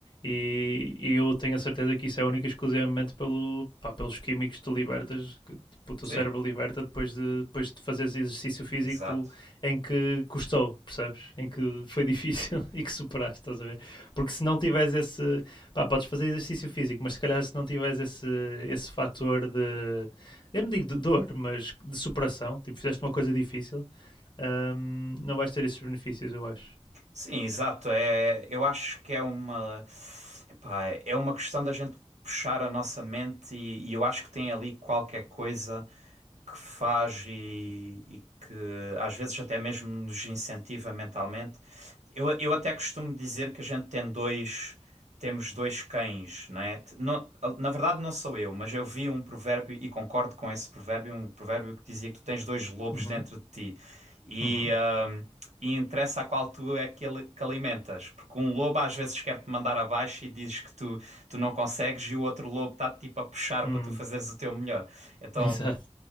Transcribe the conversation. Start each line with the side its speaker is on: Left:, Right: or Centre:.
Left: e, e eu tenho a certeza que isso é única e exclusivamente pelo, pá, pelos químicos que tu libertas, que tipo, o teu
Right: Sim,
Left: cérebro liberta depois de, depois de fazeres exercício físico
Right: exato.
Left: em que custou, percebes? Em que foi difícil <laughs> e que superaste, estás a ver? Porque se não tiveres esse, pá, podes fazer exercício físico, mas se calhar se não tiveres esse, esse fator de eu não digo de dor, mas de superação. Tipo, fizeste uma coisa difícil, hum, não vais ter esses benefícios, eu acho.
Right: Sim, exato. É, eu acho que é uma, epá, é uma questão da gente puxar a nossa mente e, e eu acho que tem ali qualquer coisa que faz e, e que às vezes até mesmo nos incentiva mentalmente. Eu, eu até costumo dizer que a gente tem dois, temos dois cães, né Não- na verdade não sou eu, mas eu vi um provérbio e concordo com esse provérbio, um provérbio que dizia que tu tens dois lobos
Left: Uhum,
Right: dentro de ti. E,
Left: uhum,
Right: hum, e interessa a qual tu é que, ele- que alimentas. Porque um lobo às vezes quer-te mandar abaixo e dizes que tu, tu não consegues e o outro lobo está-te tipo a puxar
Left: hum,
Right: para tu fazeres o teu melhor. Então
Left: <laughs> Exato.